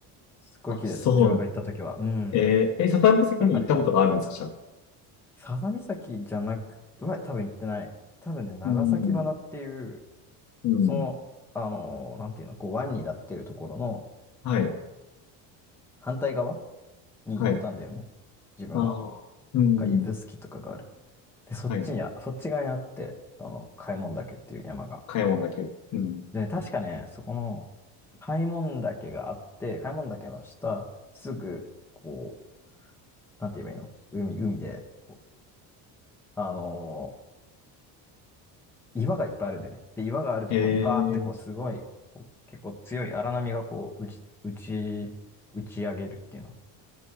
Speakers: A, in the centre; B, on the left (about 45°).
A: すっごい綺麗だった。
B: あ、そ
A: 自分が行った時は。うん。
B: う。えー、え、サタンプ席に行ったことがあるんですか、
A: なんかね、
B: じゃあ。
A: 佐々岬じゃなくは多分行ってない。多分ね、長崎花っていう、
B: うん、うん、
A: その、あのーなんていうの、こう湾になってるところの
B: はい、
A: 反対側に行ったんだよね。
B: はい。
A: 自分は。
B: ああ、うん、
A: か指宿とかがある。で、そっちにあ、
B: はい。
A: そっち側にあって、あの、開門岳っていう山が。
B: 買い物だけ。うん。
A: で、確かね、そこの開門岳があって、開門岳の下、すぐ、こう、なんて言えばいいの海、海で、こう、あのー岩がいっぱいあるんでね。で、岩があるところにバーってこう、
B: ええ
A: すごい、こう、結構強い荒波がこう、打ち、打ち、打ち上げるっていうの。